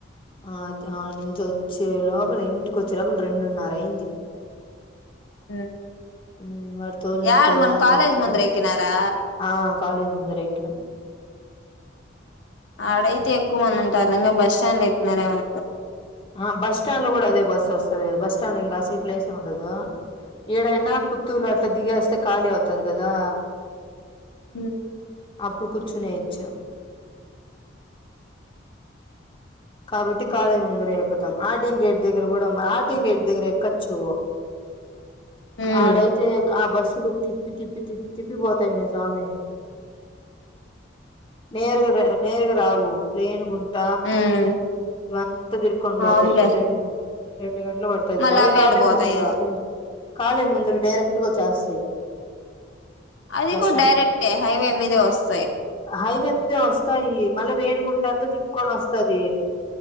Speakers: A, on the left; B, on the left.
A: ఆ అది ఆ నుంచి వచ్చే లోపల ఇంటికి వచ్చే లోపల రెండున్నర అయింది
B: హ
A: <unintelligible>
B: యడ
A: తోలినాడు
B: మన కాలేజ్
A: తోలినాడు
B: ముందర ఎకినారా
A: ఆ కాలేజ్ ముందర ఎక్కినం
B: ఆడైతే ఎక్కువ మంది ఉంటార్లే, ఇంగా బస్టాండ్ లో ఏక్నారేమో అనుకు.
A: ఆ బస్ స్టాండ్ లో గుడా అదే బస్సు వస్తది కదా. బస్ స్టాండ్ లో ఇంగా అసలు ప్లేసే ఉండదు. ఇడైనా, పుత్తూరులో అట్లా దిగేస్తే ఖాళీ అవుతది గదా.
B: <unintelligible>
A: అప్పుడు కూర్చునేయొచ్చు కాబట్టి కాలేజీ ముందర ఎక్కుతాం, ఆర్డీఎం గేట్ దగ్గర గుడా మరి ఆర్డీఎం గేట్ దగ్గర ఎక్కచ్చు.
B: హు
A: క ఆడైతే క ఆ బస్సులు తిప్పి తిప్పి తిప్పి తిప్పి పోతాయిమ్మే సామి నేరుగా రా నేరుగా రావు రేణుగుంట
B: ఉమ్
A: ఇవంతా తిరుక్కొని బొతాయి
B: అవునులే
A: రెండు రెండుగంటలు పడతది.
B: మళ్ళీ
A: అదే
B: అవి
A: కాలేజ్
B: ఎటు పోతాయో
A: ముందర అయితే. కాలేజ్ ముందరకి డైరెక్ట్గా వచ్చేస్తాయి
B: అది
A: బస్స్టాండ్కి
B: కూడా డైరెక్టే హైవే మీదే వస్తాయి
A: హైవే మీదే వస్తాయి మళ్ళ రేణిగుంట తి తిప్పుకొనస్తది